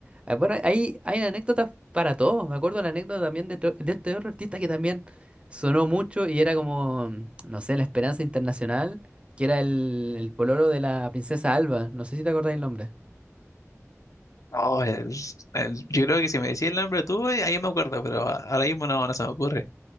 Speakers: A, on the right; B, on the left.
A: ah, bueno, hay hay anécdotas para todo, me acuerdo la anécdota también de, to- de este otro artista que también sonó mucho y era como, no sé, la Esperanza Internacional, que era el, el pololo de la princesa Alba, no sé si te acordáis el nombre.
B: No, es- el- yo creo que si me decís el nombre tú, eh, ahí me acuerdo, pero a- ahora mismo no, no se me ocurre.